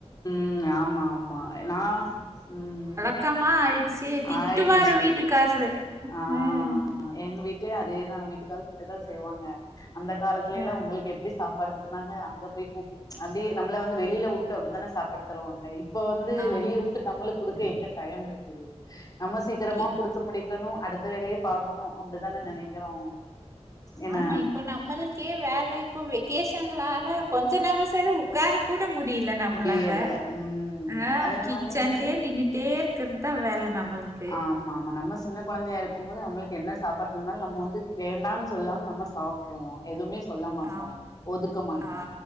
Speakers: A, on the left; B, on the right.
A: ம் ஆமா ஆமா நா ம்
B: அக்கமா ஆயிடுச்சு திட்டுவாரு
A: ஆயிடுச்சு
B: வீட்டுக்காரரு
A: ஆ
B: ம்
A: எங்க வீட்லயு அதேதா வீட்டுகாரு திட்டதா செய்வாங்க அந்த காலத்துலேலா
B: ஆ,
A: உங்களுக் எப்டி சாப்பாடு ந்தாங்க அங்க போய் கூப் அப்டியே நம்மள வந்து வெளில வுட்டு அப்டிதானே சாப்பாடு தருவாங்க இப்ப வந்து
B: ஆமா
A: வெளிய உட்டு நம்மளு குடுக்க எங்க டையம் இருக்குது நம்ம சீக்கிரமா
B: இ-
A: குடுத்து முடிக்கணு அடுத்த வேலய பாக்கணு அப்டிதான நெனைக்கிறோ என்ன
B: ஆமா இப்போ நம்மளுக்கே வேல இப்போ வெக்கேஷன்லால கொஞ்சோ நேர செலவு உக்கார கூட முடியல நம்ளால
A: முடியல ம்
B: ஆ
A: அதே
B: கிச்சன்லயே
A: மாரி என்னது
B: நின்னுட் அப்டியே இருக்கறது தா வேல நம்மளுக்கு
A: ஆமா ஆமா நம்ம சின்ன கொழந்தையா இருக்குமோது நம்மளுக்கு என்ன சாப்பாடு தந்தாலு நம்ம வந்து வேண்டான் சொல்லாம நம்ம சாப் ட்ருவோ எதுமே சொல்ல மாட்டோ
B: ஆ
A: ஒதுக்க மாட்டோ
B: ஆ